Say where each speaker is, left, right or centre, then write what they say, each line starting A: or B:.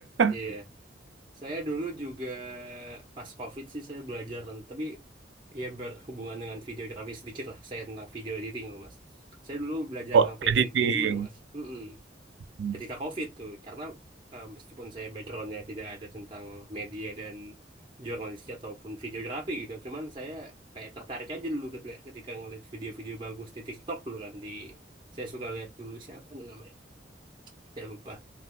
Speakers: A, on the right (about 25°); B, on the right (about 80°).
A: Iya.
B: <laughs>
A: Saya dulu juga pas COVID sih saya belajar tapi ya berhubungan dengan videografi sedikit lah. Saya tentang video editing loh mas. Saya dulu belajar
B: Oh,
A: tentang video
B: editing.
A: editing juga tuh mas. Hmm.
B: Hmm.
A: ketika COVID tuh karena eh, meskipun saya backgroundnya tidak ada tentang media dan jurnalistik ataupun videografi gitu cuman saya kayak tertarik aja dulu ketika, ketika ngeliat video-video bagus di TikTok dulu kan di saya suka lihat dulu siapa tuh namanya saya lupa